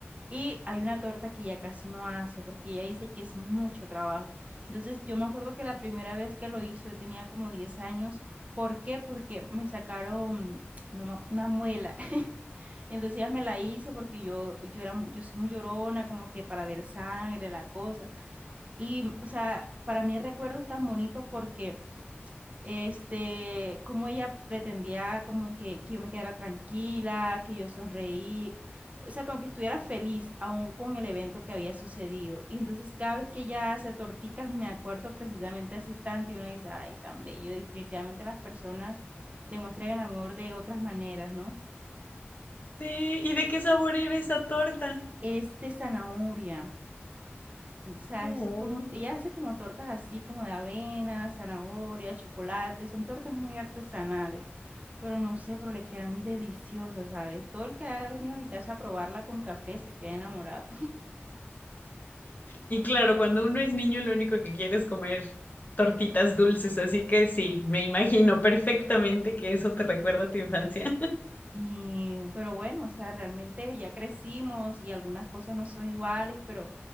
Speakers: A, on the right (about 35°); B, on the left (about 40°).
A: Y hay una torta que ya casi no hace porque ella dice que es mucho trabajo. Entonces, yo me acuerdo que la primera vez que lo hizo, yo tenía como 10 años. ¿Por qué? Porque me sacaron no me ac- una muela. <laughs> Entonces ella me la hizo porque yo, yo era, mu- yo soy muy llorona, como que para ver sangre, la cosa. Y, o sea, para mí el recuerdo es tan bonito porque, este, como ella pretendía como que, que yo me quedara tranquila, que yo sonreí, o sea, como que estuviera feliz aún con el evento que había sucedido. Y entonces cada vez que ella hace torticas, me acuerdo precisamente de ese instante y uno dice, ay, tan bello, definitivamente las personas demuestran el amor de otras maneras, ¿no?
B: Sí, ¿y de qué sabor era esa torta?
A: Es de zanahoria. O sea,
B: Oh.
A: es como, ella hace como tortas así, como de avena, zanahoria, chocolate, son tortas muy artesanales, pero no sé, pero le quedan deliciosas, ¿sabes? Todo el que ha venido a mi casa a probarla con café se queda enamorado.
B: Y claro, cuando uno es niño, lo único que quiere es comer tortitas dulces, así que sí, me imagino perfectamente que eso te recuerda a tu infancia.
A: Sí, pero bueno, o sea, realmente ya crecimos y algunas cosas no son iguales, pero